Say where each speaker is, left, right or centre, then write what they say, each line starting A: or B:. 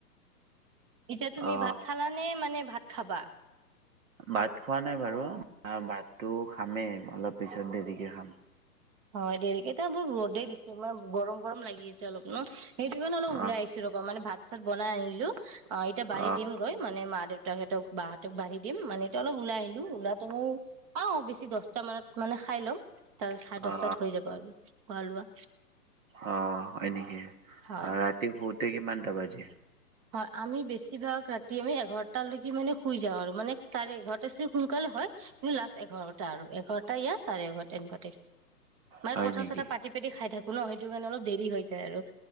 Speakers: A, on the right (about 20°); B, on the right (about 55°).
A: এতিয়া তুমি
B: অ
A: ভাত খালানে মানে ভাত খাবা?
B: ভাত খোৱা নাই বাৰু, ভাতটো খামেই অলপ পিছত দেৰিকে খাম।
A: হয়। দেৰিকেইটায়া বু ৰ'দে দিছে মানে গৰম - গৰম লাগি আছে অলপ ন সেইটো কাৰণে অলপ ওলাই
B: অ
A: আইছো ৰব, মানে ভাত চাত বনাই আইলো অ, এতিয়া বাঢ়ি
B: অ
A: দিম গৈ মানে মা দেউত তাহাতক বা হতক বাঢ়ি দিম মানে ত অলপ ওলাই আহিলো, ওলাতো মই অ, বেছি দছটা মানত মানে খাই ল'ম তাৰপাছত চাৰে দছটাত
B: অ
A: হৈ যাব আৰু খোৱা লোৱা
B: অ', এনেকি
A: হয়
B: ৰাতি শুতে কিমানটা বাজে
A: হয়, আমি বেছিভাগ ৰাতি আমি এঘাৰটালৈকে মানে শুই যাওঁ, আৰু মানে চাৰে এঘাৰটা চে সোনকাল হয়, কিন্তু লাষ্ট এঘাৰটা আৰু এঘাৰটা ইয়াৰ চাৰে এঘাৰটা এনকা টাইপ মানে
B: হয়
A: কথা
B: নেকি?
A: চথা পাতি পাতি খাই থাকো ন সেইটো কাৰণে অলপ দেৰি হৈ যায় আৰু